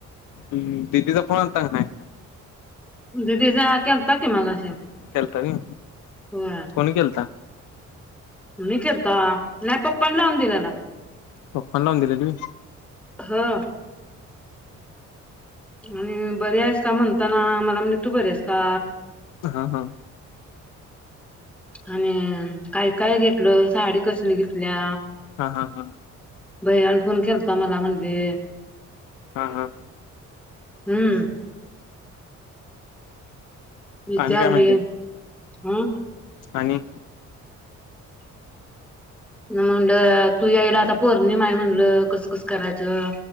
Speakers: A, on the left; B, in the centre.
A: दिदीचा फोन अल्ता काय नाही?
B: दीदी चा केलता की मगाशी
A: केलता होय
B: होय
A: कोणी केलता?
B: मी केलता नाही पप्पानी लावून दिलेला
A: पपांनी लावून दिलेले होय
B: हा आणि बरी आहेस का म्हणताना मला म्हणले तू बरी आहेस का?
A: हा हा
B: आणि काय काय घेतलं साडी कसली घेतल्या?
A: हा हा हा
B: भैया न फोन केलता मला म्हणली
A: हा हा
B: हम्म विचारली
A: आणि काय म्हणते
B: हम्
A: आणि
B: मी म्हणलं तू यायला आता पोर्णिमा हाय म्हणलं कस कस करायचं?